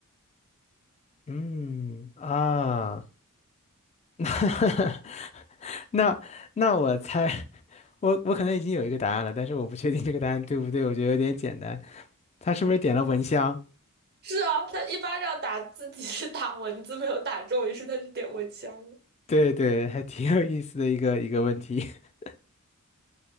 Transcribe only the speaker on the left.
嗯啊，<laughs> 那那那我猜，我我可能已经有一个答案了，但是我不确定这个答案对不对，我觉得有点简单。他是不是点了蚊香？
对对，还挺有意思的一个一个问题。<laughs>